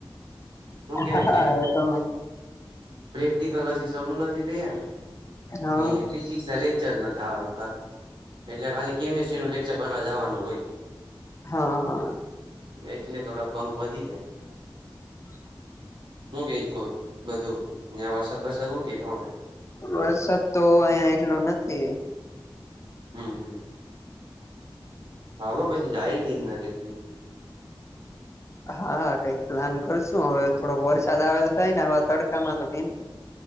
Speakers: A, on the right (about 65°); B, on the left (about 35°).
A: કેવાય
B: હા
A: કે
B: એ તો
A: પ્રેક્ટિકલ હજી શરૂ નથી થયા
B: હા
A: ને ફિઝિક્સના લેક્ચર નતા આવતા એટલે ખાલી કેમિસ્ટ્રીનું લેક્ચર ભરવા જવાનું. હોય
B: હા હા
A: એટલે થોડા બંક વધી ગયા.
B: <inaudible>
A: હું કઈ બધું ત્યાં વરસાદ બરસાદ હું કેઈ તમારે
B: વરસાદ તો અહિયાં એટલો નથી.
A: હમ હમ હાલો પછી જઈએ ગિરનાર એકદી
B: હા કઈક પ્લાન કરશું હવે થોડોક વરસાદ આવે તો થાય ને આવા તડકામાં તો <unintelligible>